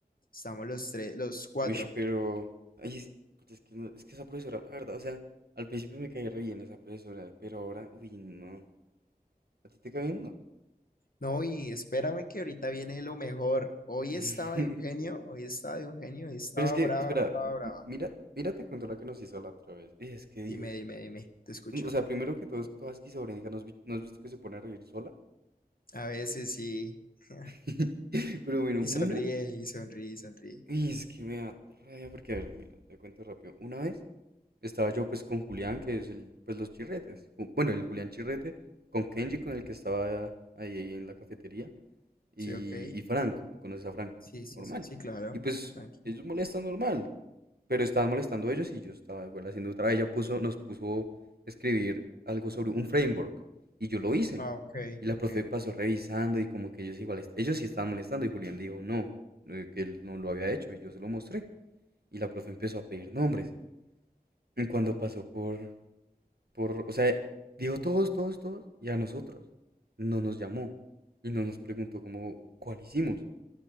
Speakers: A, on the left; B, on the right.
A: Estamos los tres, los cuatro.
B: Uy, pero. Ay, es, es que no- es que esa profesora, la verdad, o sea, al principio me caía re bien esa profesora, pero ahora, uy, no. ¿A ti te cae bien? No.
A: No, y espérame que ahorita viene lo mejor. Hoy
B: <laughs>
A: estaba de un genio, hoy estaba de un genio, hoy estaba
B: Pero es que,
A: brava,
B: espera,
A: brava,
B: m-
A: brava.
B: mira, mira, te cuento la que nos hizo la otra vez. Uy, es que Dios.
A: Dime, dime, dime, te escucho.
B: Tú- O sea, primero que todo es toda esquizofrénica, ¿no has, vi- no has visto que se pone a reír sola?
A: A veces sí. <laughs>
B: <laughs> Pero bueno,
A: Y sonríe,
B: una.
A: y sonríe, y sonríe.
B: Y es que me da rabia porque, a ver, mira, te cuento rápido. Una vez estaba yo pues con Julián, que es el, pues los chirretes. Ju- Bueno, el Julián Chirrete, con Kenji, con el que estaba ahí en la cafetería, y,
A: Sí, ok.
B: y Frank, tú conoces a Frank,
A: Sí, sí,
B: normal.
A: sí, claro.
B: Y pues
A: Tranqui.
B: ellos molestan normal, pero estaban molestando ellos y yo estaba igual haciendo otra. Ella puso, nos puso a escribir algo sobre un framework y yo lo hice.
A: Ah, ok,
B: Y la
A: ok,
B: profe pasó
A: ok.
B: revisando y como que ellos igual, est- ellos sí estaban molestando y Julián dijo no, eh, que él no lo había hecho y yo se lo mostré. Y la profe empezó a pedir nombres. Y cuando pasó por, por, o sea, dijo todos, todos, todos, y a nosotros no nos llamó y no nos preguntó como cuál hicimos.